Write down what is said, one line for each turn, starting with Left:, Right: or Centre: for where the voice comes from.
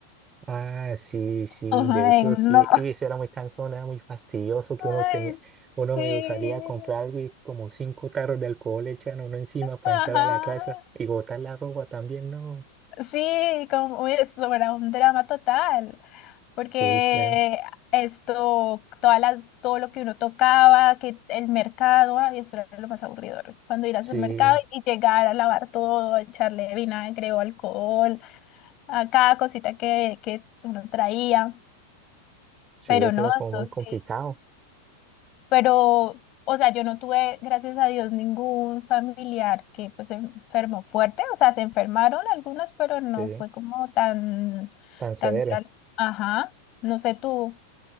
Right: Ah, sí, sí,
Left: Ay,
Right: de hecho sí,
Left: no.
Right: y eso era muy cansón, era muy fastidioso que uno
Left: Ay,
Right: tenía, uno
Left: sí.
Right: me salía a comprar algo y como cinco tarros de alcohol le echan a uno encima para
Left: Ajá.
Right: entrar a la casa y botar la ropa también, no.
Left: Sí, como eso era un drama total, porque
Right: Sí, claro,
Left: esto, todas las, todo lo que uno tocaba, que el mercado, ay, eso era lo más aburrido, cuando ir a
Right: sí,
Left: hacer mercado y llegar a lavar todo, a echarle vinagre o alcohol, a cada cosita que, que uno traía,
Right: sí,
Left: pero
Right: eso
Left: no,
Right: era como
Left: eso
Right: muy
Left: sí
Right: complicado,
Left: pero, o sea, yo no tuve, gracias a Dios, ningún familiar que pues se enfermó fuerte, o sea, se enfermaron algunos, pero no
Right: sí,
Left: fue como tan,
Right: tan severo.
Left: tan, dra- ajá, no sé tú.